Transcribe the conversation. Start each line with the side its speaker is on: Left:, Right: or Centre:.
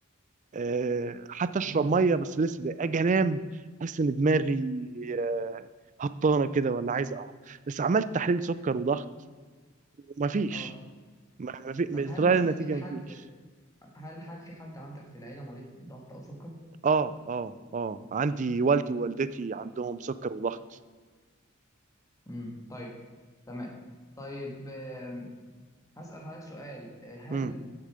Right: آه، حتى اشرب
Left: امم
Right: ميه بس لسه دايخ اجي انام احس ان دماغي آه، هبطانه كده ولا عايز اقع بس عملت تحليل سكر وضغط ومفيش
Left: اه
Right: ما ما في
Left: طب هل
Right: طلع
Left: مثلا
Right: لي النتيجه
Left: في حد
Right: مفيش
Left: هل هل في حد عندك في العيله مريض ضغط او سكر
Right: اه اه اه عندي والدي ووالدتي عندهم سكر وضغط
Left: امم طيب تمام طيب آم، هسأل حضرتك سؤال آه، هل
Right: امم